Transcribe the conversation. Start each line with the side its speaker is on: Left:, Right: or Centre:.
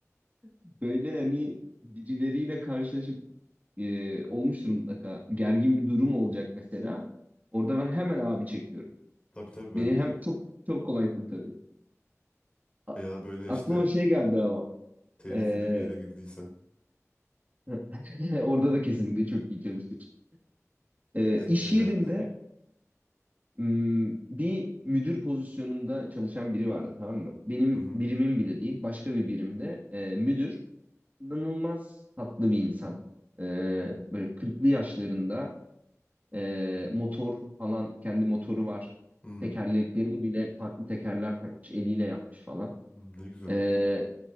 Right: Böyle hani birileriyle karşılaşıp e, olmuştur mutlaka. Gergin bir durum olacak mesela. Orada ben hemen abi çekiyorum.
Left: Tabii tabii ben
Right: Beni hem
Left: de.
Right: çok çok kolay kurtarıyor. A-
Left: Veya böyle
Right: aklıma
Left: işte
Right: şey geldi ama.
Left: tehlikeli
Right: e,
Left: bir yere girdiysen
Right: <laughs> orada da kesinlikle çok iyi çalışır. E,
Left: ne,
Right: iş
Left: ne geldi?
Right: yerinde m, bir müdür pozisyonunda çalışan biri vardı tamam mı? Benim
Left: Hı hı.
Right: birimim bile değil. Başka bir birimde e, müdür. inanılmaz tatlı bir insan. E, böyle kırklı yaşlarında Ee, motor falan kendi motoru var.
Left: Hmm,
Right: Tekerleklerini bile farklı tekerler takmış, eliyle yapmış falan.
Left: hmm, ne güzel.
Right: Ee,